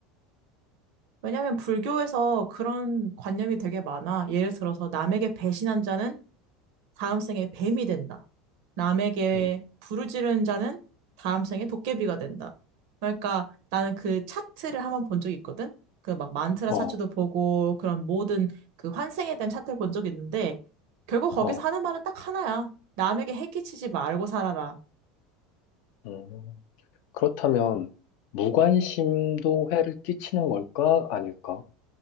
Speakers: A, on the right; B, on the left.
A: 왜냐면 하 불교에서 그런 관념이 되게 많아. 예를 들어서 남에게 배신한 자는 다음 생에 뱀이 된다. 남에게
B: 음,
A: 부르짖른 자는 다음 생에 도깨비가 된다. 그러니까 나는 그 차트를 한번 본 적이 있거든. 그 막 만트라
B: 어,
A: 차트도 보고 그런 모든 그 환생에 대한 차트를 본 적이 있는데 결국 거기서
B: 어,
A: 하는 말은 딱 하나야. 남에게 해끼치지 말고 살아라.
B: 음. 그렇다면, 무관심도 해를 끼치는 걸까? 아닐까?